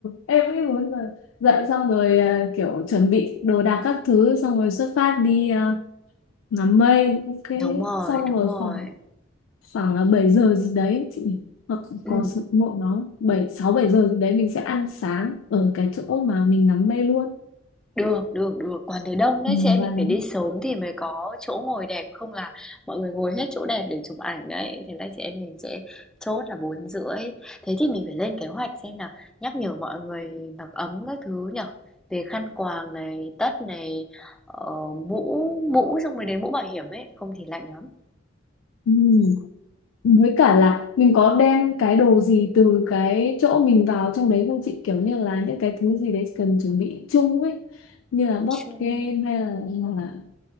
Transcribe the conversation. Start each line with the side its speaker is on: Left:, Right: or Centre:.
Left: em nghĩ 4 giờ. Dậy xong rồi à, kiểu chuẩn bị đồ đạc các thứ, xong rồi xuất phát đi à, ngắm mây. Ok,
Centre: Đúng rồi,
Left: xong
Centre: đúng
Left: rồi
Centre: rồi.
Left: khoảng khoảng là 7 giờ gì đấy chị hoặc
Centre: Ừm,
Left: có sự muộn nó 7 6 7 giờ gì đấy mình sẽ ăn sáng ở cái chỗ mà mình ngắm mây luôn
Centre: được, được, được, quán đấy đông đấy,
Left: ừ,
Centre: chị em
Left: và
Centre: mình
Left: nó
Centre: phải đi sớm thì mới có chỗ ngồi đẹp, không là mọi người ngồi hết chỗ đẹp để chụp ảnh đấy. Thế là chị em mình sẽ chốt là bốn rưỡi Thế thì mình phải lên kế hoạch xem là nhắc nhở mọi người mặc ấm các thứ nhở Về khăn quàng này, tất này, ờ, mũ, mũ xong rồi đến mũ bảo hiểm ấy, không thì lạnh lắm.
Left: ừ. với cả là mình có đem cái đồ gì từ cái chỗ mình vào trong đấy không chị kiểu như là những cái thứ gì đấy cần chuẩn bị chung ấy như là board
Centre: Chung,
Left: game hay là hoặc là